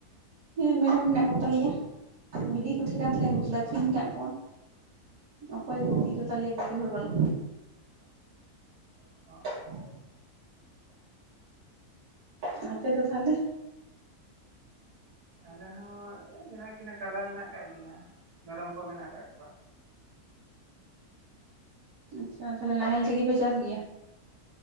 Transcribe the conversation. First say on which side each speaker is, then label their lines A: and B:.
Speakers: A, on the right; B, on the right.
A: ᱦᱮᱸ ᱢᱮᱨᱚᱢ ᱢᱮᱱᱟᱜ ᱠᱚᱛᱟᱞᱮᱭᱟ ᱵᱤᱞᱤ ᱠᱚ ᱛᱟᱦᱮᱸ ᱠᱟᱱ ᱛᱟᱞᱮᱭᱟ ᱩᱱᱠᱩ ᱫᱚᱞᱮ ᱟᱠᱷᱨᱤᱧ
B: ᱚ
A: ᱟᱠᱟᱫ ᱠᱚᱣᱟ᱾ ᱚᱠᱚᱭ ᱜᱩᱯᱤ
B: ᱚ
A: ᱠᱚᱛᱟᱞᱮᱭᱟ ᱜᱩᱯᱤ ᱦᱚᱲ ᱵᱟᱹᱱᱩᱜ ᱠᱚᱣᱟ, <unintelligible>
B: ᱚ
A: ᱟᱨ ᱟᱯᱮ ᱫᱚ ᱛᱟᱦᱞᱮ?
B: ᱟᱞᱮ ᱦᱚᱸ ᱢᱮᱱᱟᱜ ᱠᱤᱱᱟᱹ ᱠᱟᱰᱟ ᱢᱮᱱᱟᱜ ᱠᱟᱜ ᱠᱤᱱᱟᱹ ᱢᱮᱨᱚᱢ ᱠᱚ ᱢᱮᱱᱟᱜ ᱠᱟᱜ ᱠᱚᱣᱟ᱾
A: ᱟᱪᱪᱷᱟ ᱛᱟᱦᱚᱞᱮ ᱱᱟᱦᱮᱞ ᱛᱮᱜᱮ ᱯᱮ ᱪᱟᱥ ᱜᱮᱭᱟ?